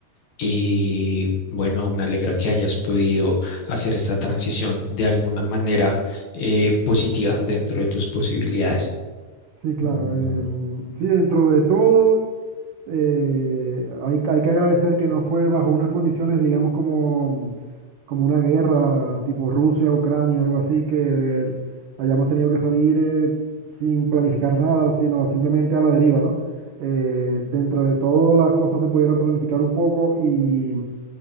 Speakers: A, on the left; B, on the right.
A: Y bueno, me alegra que hayas podido hacer esta transición de alguna manera eh, positiva dentro de tus posibilidades.
B: Sí,
A: Mm,
B: claro. em, sí, dentro de todo, eh, hay, hay que agradecer que no fue bajo unas condiciones, digamos, como, como una guerra tipo Rusia, Ucrania, algo así, que el- hayamos tenido que salir eh, sin planificar nada, sino simplemente a la deriva, ¿no? Eh, dentro de todo, las cosas se pudieron planificar un poco y